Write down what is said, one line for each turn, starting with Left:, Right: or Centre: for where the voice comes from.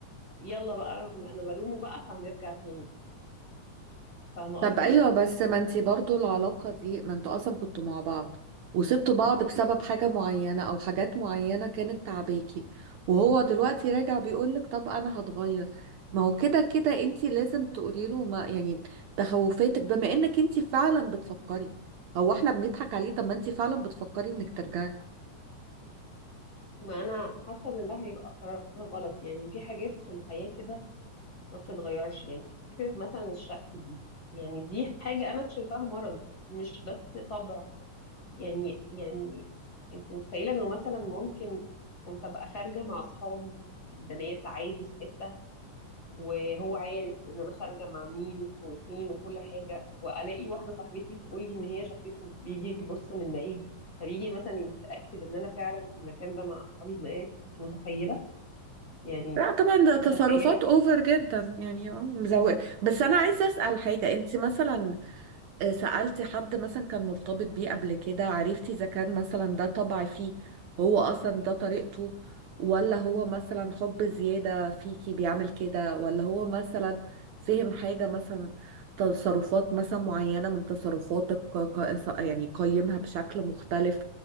Left: يلا بقى انا بلومه بقى فهنرجع تاني فاهمة
Right: طب
Left: قصدي؟
Right: ايوه بس ما انتي برضو العلاقة دي ما انتوا اصلا كنتوا مع بعض وسبتوا بعض بسبب حاجة معينة او حاجات معينة كانت تعباكي وهو دلوقتي
Left: مم.
Right: راجع بيقولك طب انا هتغير ما هو كده كده انتي لازم تقولي له ما يعني تخوفاتك بما انك انتي فعلا بتفكري هو احنا بنضحك عليه طب ما انتي فعلا بتفكري انك ترجعي
Left: ما انا حاسه ان ده هيبقى قرار غلط يعني في حاجات في الحياه كده ما بتتغيرش يعني فكره مثلا الشك دي يعني دي حاجه انا شايفاها مرض مش بس طبع يعني يعني انت متخيله انه مثلا ممكن كنت ابقى خارجه مع اصحابي البنات عادي في حته وهو عارف ان انا خارجه مع مين وفين وكل حاجه والاقي واحده صاحبتي تقول لي ان هي شافته بيجي يبص من بعيد فبيجي مثلا يتاكد ان انا فعلا في المكان ده مع اصحابي البنات انت متخيله يعني
Right: لا طبعا ده تصرفات
Left: متخيلة
Right: اوفر جدا يعني اه مزوقة بس انا عايزه اسال حاجه انت مثلا آه، سألتي حد مثلا كان مرتبط بيه قبل كده عرفتي إذا كان مثلا ده طبع فيه هو أصلا ده طريقته ولا هو مثلا حب زيادة فيكي بيعمل كده ولا هو مثلا فهم حاجة مثلا تصرفات مثلا معينة من تصرفاتك ق- ق- يعني قيمها بشكل مختلف